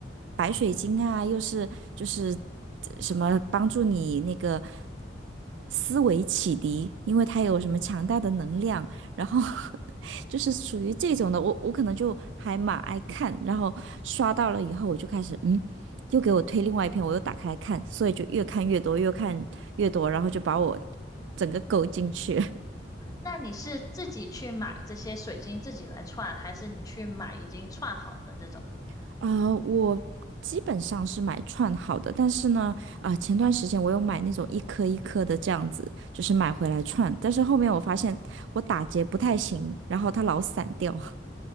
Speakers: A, on the right; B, on the left.
A: 白水晶啊又是就是呃什么帮助你那个思维启迪，因为它有什么强大的能量，然后 <laughs> 就是属于这种的，我我可能就还蛮爱看，然后刷到了以后我就开始嗯。又给我推另外一篇，我又打开来看，所以就越看越多，越看越多，然后就把我整个勾进去。
B: 那你是自己去买这些水晶自己来串，还是你去买已经串好的这种？
A: <laughs> 啊，我基本上是买串好的，但是呢，啊、前段时间我有买那种一颗一颗的这样子，就是买回来串，但是后面我发现我打结不太行，然后它老散掉。<laughs>